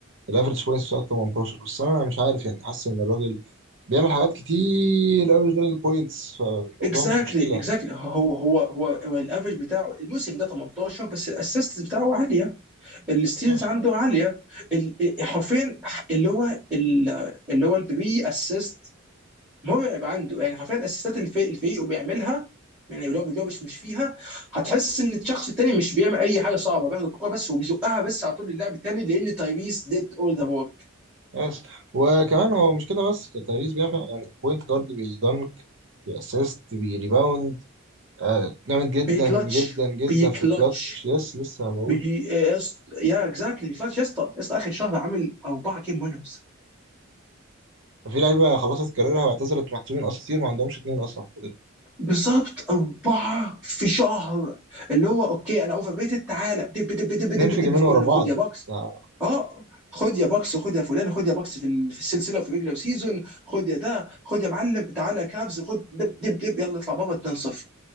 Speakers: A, on the right (about 60°); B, in the centre.
A: الافرج بوينتس بتاعته 18 بس انا مش عارف يعني حاسس ان الراجل بيعمل حاجات كتير قوي غير البوينتس فالموضوع
B: اكزاكتلي
A: مش مشكله
B: اكزاكتلي هو هو هو, هو الافرج بتاعه الموسم ده 18 بس الاسيست بتاعه عاليه الستيلز
A: يس
B: عنده عاليه ال- إيه، حرفيا اللي هو ال- اللي هو البري اسيست مرعب عنده يعني حرفيا الاسيستات اللي الفريق الفريق بيعملها يعني اللي هو اللي هو مش مش فيها هتحس ان الشخص التاني مش بيعمل اي حاجه صعبه بياخد الكوره بس وبيزقها بس على طول للاعب التاني لان تايريس ديد اول ذا ورك
A: يس وكمان هو مش كده بس تايريز بيعمل يعني بوينت جارد بيدنك بيأسيست بيريباوند آه جامد جدا
B: بيكلتش
A: جدا جدا
B: بيكلتش
A: في الكلاتش يس لسه بقول
B: بي إيه، يا اكزاكتلي بيكلتش يا اسطى يا اسطى اخر شهر عامل اربعه جيم وينرز
A: ففي لعيبه خلصت كاريرها واعتزلت محسوبين اساطير ما عندهمش اتنين اصلا في الفريق.
B: بالظبط أربعة في شهر اللي هو أوكي أنا أوفر ريتد تعالى دب دب دب دب
A: اتنين في
B: دب
A: جيمين
B: في كله
A: ورا بعض
B: خد يا بوكس
A: ده-
B: أه خد يا بوكس خد يا فلان خد يا بوكس في ال- في السلسلة وفي ريجلر سيزون خد يا ده خد يا معلم تعالى يا كافز خد دب دب دب يلا اطلع بابا 2-0